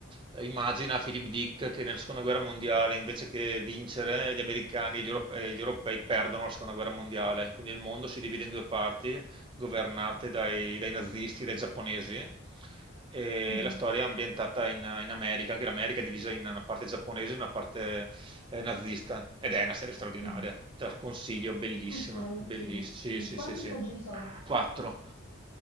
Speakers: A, on the right; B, on the left.
A: eh, immagina Philip Dick che nella seconda guerra mondiale invece che vincere gli americani e gli europe- e gli europei perdono la seconda guerra mondiale, quindi il mondo si divide in due parti governate dai, dai nazisti, dai giapponesi. E
B: Mhm,
A: la storia è ambientata in, in America, anche l'America è divisa in una parte giapponese e una parte eh, nazista. Ed è una serie straordinaria,
B: mhm.
A: te la consiglio, bellissima,
B: Mm, me la consigli?
A: bellissima.
B: Mm,
A: Sì,
B: Quante
A: sì, sì, sì.
B: stagioni sono?
A: Quattro.